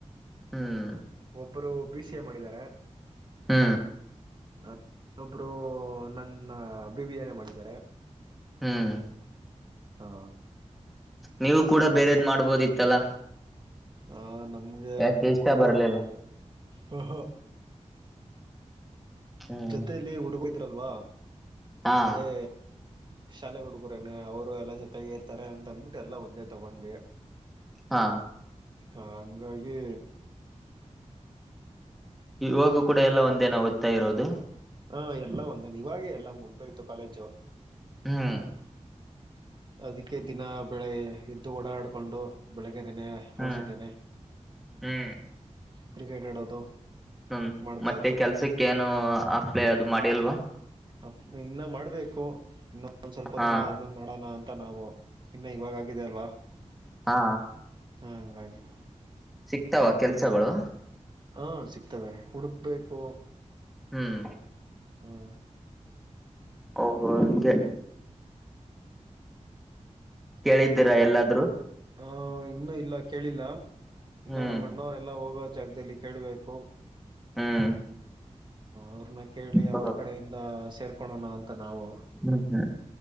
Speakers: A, in the centre; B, on the right (about 40°).
A: ಹ್ಮ್
B: ಒಬ್ಬರು ಬಿ ಸಿ ಎ ಮಾಡಿದ್ದಾರೆ
A: ಹ್ಮ
B: ನನ್ನೊಬ್ಬರು ನನ್ನ ಬಿಬಿಯನೇ ಮಾಡಿದ್ದಾರೆ
A: ಹ್ಮ್
B: ಹಾ
A: ನೀವು ಕೂಡ ಬೇರದ್ ಮಾಡ್ಬೋದಿತ್ತಲ್ಲಾ
B: ಹ ನಮ್ಗೆ
A: ಯಾಕೆ
B: ನಮ್ಮ್
A: ಇಷ್ಟ
B: ಹುಡುಗರು
A: ಬರ್ಲಿಲ್ಲ
B: ಹ ಹ
A: ಹ್ಮ್
B: ಜೊತೆಯಲ್ಲಿ ಹುಡುಗೋಯತ್ರಲ್ವಾ
A: ಹಾ
B: ಅದೇ ಶಾಲೆ ಹುಡುಗರೇನೆ ಅವರು ಎಲ್ಲ ಜೊತೆಗ ಇರ್ತಾರೆ ಅಂತ ಅಂದ್ಬಿಟ್ಟು ಎಲ್ಲ ಒಂದೇ ತಗೊಂಡ್ವಿ
A: ಹಾ
B: ಹಂಗಾಗಿ
A: ಇವಾಗೂ ಕೂಡ ಎಲ್ಲ ಒಂದೇನ ಓದ್ತ ಇರೋದು
B: ಹಾ ಎಲ್ಲ ಒಂದ ಇವಾಗೆ ಎಲ್ಲ ಮುಗ್ದೋಯ್ತು ಕಾಲೇಜು
A: ಹ್ಮ್
B: ಅದಕ್ಕೆ ದಿನ ಬೆಳೆ ಎದ್ದು ಓಡಾಡಿಕೊಂಡು ಬೆಳಗ್ಗೆ ನೆನೆ ಹೊರ್ಸುತ್ತೇನೆ
A: ಹ್ಮ್ ಹ್ಮ್
B: ಕ್ರಿಕೆಟ್ ಆಡೋದು
A: ಹ್ಮ್
B: ಮಾಡ್ತಾ
A: ಮತ್ತೆ
B: ಇರ್ತೀನಿ
A: ಕೆಲ್ಸಕ್ಕ ಏನು ಅಪ್ಲೈ ಅದು ಮಾಡಿ ಅಲ್ವಾ
B: ಅ ಇನ್ನೂ ಮಾಡಬೇಕು ಇನ್ನೊೊಂದು ಸ್ವಲ್ಪ
A: ಹಾ
B: ದಿನ ಅದನ್ನು ಮಾಡೋಣ ಅಂತ ನಾವು ಇನ್ನು ಇವಾಗ ಆಗಿದೆ ಅಲ್ವಾ
A: ಹಾ
B: ಹ ಹಂಗಾಗಿ
A: ಸಿಗ್ತಾವ ಕೆಲ್ಸಗಳು
B: ಹಾಂ ಸಿಗ್ತವೆ ಹುಡುಕ್ಬೇಕು
A: ಹ್ಮ್
B: ಹ್ಮ್
A: ಓಹ ಹಾಗೆ ಕೇಳಿದ್ದೀರಾ
B: ಇಲ್ಲ ಅಂದ್ರೆ
A: ಎಲ್ಲಾದ್ರೂ
B: ಹ ಇನ್ನುೂ ಇಲ್ಲ ಕೇಳಿಲ್ಲ ಇನ್ನ
A: ಹ್ಮ್
B: ನಮ್ಮ ಅಣ್ಣವರ ಎಲ್ಲ ಹೋಗೋ ಜಾಗದಲ್ಲಿ ಕೇೇಳಬೇಕು
A: ಹ್ಮ್
B: ಅವ್ರನ್ನ ಕೇಳಿ
A: ಹ್ಮ್
B: ಅವ್ರ ಕಡೆಯಿಂದ ಸೇರ್ಕೊಳೋಣ ಅಂತ ನಾವು
A: ಹ್ಮ್ ಹ್ಮ್